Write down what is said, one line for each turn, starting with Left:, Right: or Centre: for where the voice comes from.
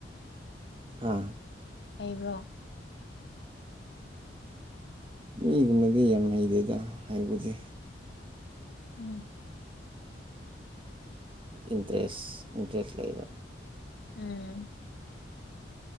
Right: ꯍꯥ
Left: ꯍꯩꯕ꯭ꯔꯣ
Right: ꯃꯤꯒꯨꯝꯅꯗꯤ ꯌꯥꯝ ꯍꯩꯗꯦꯗ ꯍꯥꯏꯕꯨꯗꯤ
Left: ꯎꯝ
Right: ꯏꯟꯇꯔꯦꯁ ꯏꯟꯇꯔꯦꯁ ꯂꯩꯕ
Left: ꯎꯝ